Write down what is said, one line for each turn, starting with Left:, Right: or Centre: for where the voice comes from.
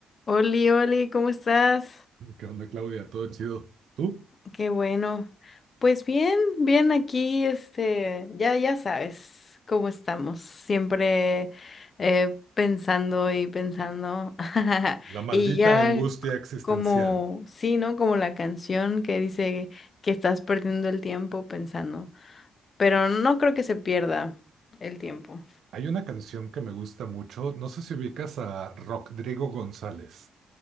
Left: Oli, Oli, ¿cómo estás?
Right: ¿Qué onda, Claudia? Todo chido. ¿Tú?
Left: Qué bueno. Pues bien, bien aquí, este, ya, ya sabes cómo estamos, siempre eh, pensando y pensando. <laughs>
Right: La maldita
Left: Y ya
Right: angustia
Left: c-
Right: existencial.
Left: como, sí, ¿no? Como la canción que dice que estás perdiendo el tiempo pensando, pero no creo que se pierda el tiempo.
Right: Hay una canción que me gusta mucho. No sé si ubicas a Rodrigo González.